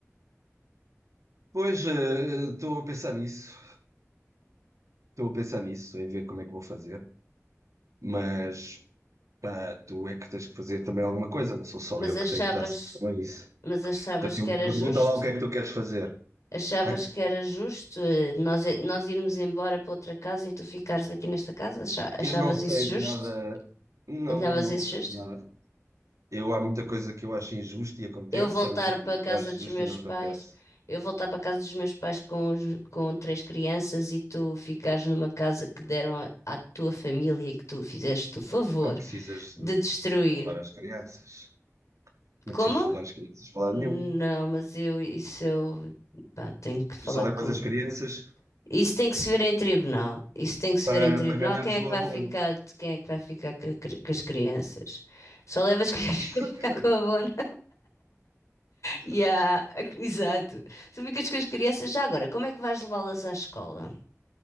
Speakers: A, on the right; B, on the left.
A: Pois, eh, estou a pensar nisso. Estou a pensar nisso, em ver como é que vou fazer. Mas. pá, tu é que tens que fazer também alguma coisa, não sou só
B: Mas
A: eu
B: achavas,
A: que tenho que dar solução a isso.
B: mas achavas
A: Portanto, eu
B: que era
A: pergunta
B: justo?
A: lá o que é que tu queres fazer.
B: Achavas
A: Hã?
B: que era justo eh, nós, é, nós irmos embora para outra casa e tu ficares aqui nesta casa? Acha- Achavas
A: Eu não
B: isso
A: sei de
B: justo?
A: nada, não,
B: Achavas
A: não
B: isso
A: sei
B: justo?
A: de nada. Eu, há muita coisa que eu acho injusta e acontece,
B: Eu voltar
A: e há muita coisa
B: para a casa
A: que eu acho
B: dos
A: justa
B: meus
A: e não acontece.
B: pais, eu voltar para a casa dos meus pais com, os- com três crianças e tu ficares numa casa que deram à à tua família e que tu fizeste o favor
A: Não precisas
B: de
A: de
B: destruir.
A: levar as crianças, não
B: Como?
A: precisas de levar as crianças para lado
B: Não,
A: nenhum.
B: mas eu, isso eu, pá, tenho que falar
A: Tu só levas
B: com.
A: as crianças
B: Isso tem que se ver em tribunal. Isso tem que se
A: para,
B: ver em tribunal.
A: para ganhares
B: Quem é
A: o
B: que vai
A: abono.
B: ficar, quem é que vai ficar com, a cri- com as crianças? Só leva as crianças
A: <coughs>
B: <laughs> para ficar com a bona.
A: Exato,
B: E a- <laughs> Exato. Tu ficas com as crianças. Já agora, como é que vais levá-las à escola?